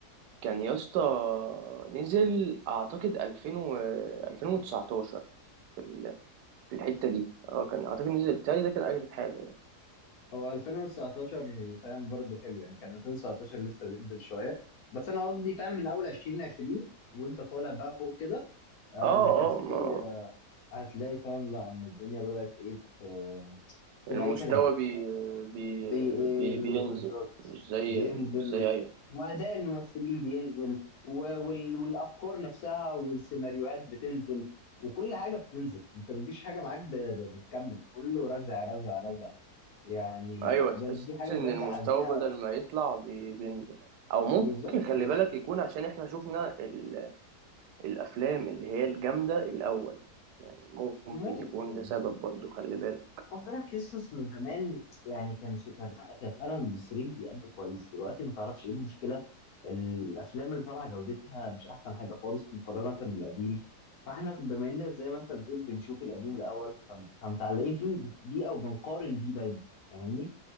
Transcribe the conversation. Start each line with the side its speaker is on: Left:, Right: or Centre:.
Right: كان يا اسطى نزل اعتقد 2000 و 2019 في ال- في الحته دي اه كان اعتقد نزل بتاعي ده كان اجدد حاجه يعني.
Left: هو 2019 فاهم برضه حلو يعني كان 2019 لسه بينزل شويه بس انا قصدي فاهم من اول 2020 وانت طالع بقى فوق كده آه،
Right: اه
Left: انك هتلاقي
Right: اه ما
Left: هتلاقي فاهم لا ان الدنيا بدات ايه ت- تبقى
Right: المستوى
Left: اي كلام
Right: بي بي
Left: بيقل
Right: بي بينزل
Left: بالظبط
Right: مش زي
Left: بينزل
Right: مش زي
Left: و...
Right: ايوه
Left: واداء الممثلين بينزل و... وال... والافكار نفسها والسيناريوهات بتنزل وكل حاجه بتنزل انت مفيش حاجه معاك ب... ب- بتكمل كله رزع رزع رزع يعني
Right: ايوه تحس
Left: ده دي حاجه
Right: ان
Left: بجد
Right: المستوى
Left: حزينه
Right: بدل ما يطلع بي- بينزل او ممكن
Left: بالظبط
Right: خلي
Left: يا اسطى
Right: بالك يكون عشان احنا شفنا ال... الافلام اللي هي الجامده الاول يعني ممكن
Left: ممكن
Right: يكون ده سبب برضو خلي بالك
Left: خد بالك يا اسطى أصل زمان يعني كان في كان لأ، كان فعلا الممثلين بيأدوا كويس دلوقتي ما تعرفش ايه المشكله الافلام اللي طالعه جودتها مش احسن حاجه خالص مقارنه بالقديم فاحنا بما ان زي ما انت بتقول بنشوف القديم الاول فم- فمتعلقين فيه بيه او بنقارن بيه دايما فاهمني